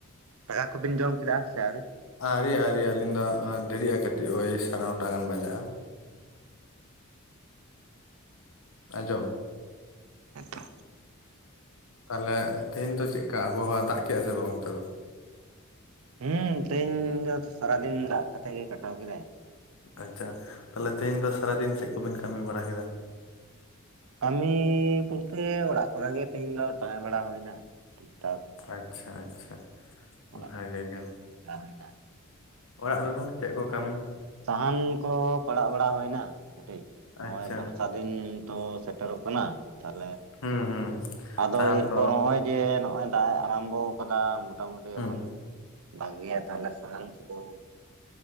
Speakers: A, on the right (about 80°); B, on the left (about 75°).
A: ᱫᱟᱠᱟ ᱠᱚᱵᱤᱱ ᱡᱚᱢ ᱠᱮᱫᱟ ᱥᱮ ᱟᱹᱣᱨᱤ?
B: ᱟᱹᱣᱨᱤ ᱟᱹᱣᱨᱤ ᱟᱹᱞᱤᱧ ᱫᱚ ᱫᱮᱨᱤᱜᱼᱟ ᱠᱟᱹᱴᱤᱡ ᱳᱭ ᱥᱟᱲᱮ ᱱᱚ-ᱴᱟ ᱜᱟᱱ ᱵᱟᱡᱟᱜᱼᱟ, ᱟᱸᱡᱚᱢ
A: ᱦᱮᱸᱛᱚ,
B: ᱛᱟᱦᱚᱞᱮ ᱛᱮᱦᱮᱧ ᱫᱚ ᱪᱮᱫ ᱠᱟ ᱟᱵᱚᱦᱟᱣᱟ ᱫᱟᱜ ᱠᱮᱭᱼᱟ ᱥᱮ ᱵᱟᱝ ᱚᱱᱛᱮ ᱫᱚ
A: ᱦᱩᱸ ᱛᱤᱦᱤᱧ ᱫᱚ ᱥᱟᱨᱟᱫᱤᱱ ᱫᱟᱜ ᱠᱟᱛᱮ ᱜᱮ ᱠᱟᱴᱟᱣ ᱠᱮᱫᱟᱭ,
B: ᱟᱪᱪᱷᱟ ᱛᱟᱦᱚᱞᱮ ᱛᱮᱦᱤᱧ ᱫᱚ ᱥᱟᱨᱟᱫᱤᱱ ᱪᱮᱫ ᱠᱚᱵᱤᱱ ᱠᱟᱹᱢᱤ ᱵᱟᱲᱟ ᱠᱮᱫᱟ,
A: ᱠᱟᱹᱢᱤ ᱵᱚᱞᱛᱮ ᱚᱲᱟᱜ ᱠᱚᱨᱮ ᱜᱮ ᱛᱮᱦᱤᱧ ᱫᱚ ᱛᱟᱦᱮᱸ ᱵᱟᱲᱟ ᱦᱩᱭ ᱮᱱᱟ ᱴᱟᱠ,
B: ᱟᱪᱪᱷᱟ ᱟᱪᱪᱷᱟ
A: ᱚᱲᱟᱜ
B: ᱵᱷᱟᱜᱮ
A: ᱠᱚᱨᱮ
B: ᱜᱮᱢ,
A: ᱜᱮ ᱠᱟᱹᱢᱤ ᱵᱟᱲᱟ ᱦᱩᱭᱱᱟ
B: ᱚᱲᱟᱜ ᱨᱮᱫᱚ ᱪᱮᱫ ᱠᱚ ᱠᱟᱹᱢᱤ,
A: ᱥᱟᱦᱟᱱ ᱠᱚ, ᱯᱟᱲᱟᱜ ᱵᱟᱲᱟ ᱦᱚᱭᱮᱱᱟ ᱠᱟᱹᱴᱤᱡ, ᱱᱚᱜ
B: ᱟᱪᱪᱷᱟ
A: ᱚᱭ ᱵᱚᱨᱥ ᱥᱟᱫᱷᱤᱱ ᱛᱚ, ᱥᱮᱴᱮᱨᱚᱜ ᱠᱟᱱᱟ ᱾ ᱛᱟᱦᱚᱞᱮ
B: ᱦᱩᱸ ᱦᱩᱸ
A: ᱟᱫᱚ,
B: ᱥᱟᱦᱟᱱ
A: ᱤᱨᱯᱚᱨ
B: ᱛᱚ
A: ᱦᱚᱸᱜᱼᱚᱭ ᱡᱮ, ᱱᱚᱜᱼᱚᱭ ᱫᱟᱜ ᱮ ᱟᱨᱟᱢᱵᱚ ᱟᱠᱟᱫᱟ ᱾ ᱢᱚᱴᱟ ᱢᱩᱴᱤ,
B: ᱦᱩᱸ
A: ᱮᱠᱷᱚᱱ ᱵᱷᱟᱜᱮᱭᱟ ᱛᱟᱦᱚᱞᱮ, ᱥᱟᱦᱟᱱ ᱠᱚᱫᱚ ᱾